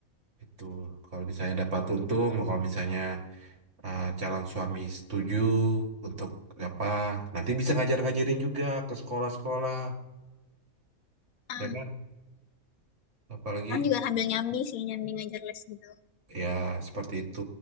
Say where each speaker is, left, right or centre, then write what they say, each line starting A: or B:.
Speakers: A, on the right; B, on the left.
A: Itu kalau misalnya dapat untung, kalau misalnya eh, calon suami setuju untuk apa, nanti bisa ngajar-ngajarin juga ke sekolah-sekolah,
B: Ah,
A: ya kan? Apalagi
B: Sekarang juga sambil nyambi sih, nyambi ngajar les gitu.
A: ya seperti itu.